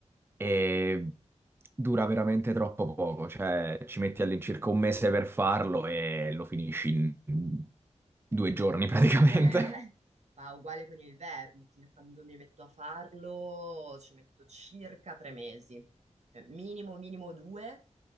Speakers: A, on the right; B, on the right.
A: e dura veramente troppo poco, cioè ci metti all'incirca un mese per farlo e lo finisci in due giorni praticamente.
B: <laughs>
A: <laughs>
B: Ma uguale con il vermouth, io quando mi metto a farlo ci metto circa tre mesi, Eh, minimo minimo due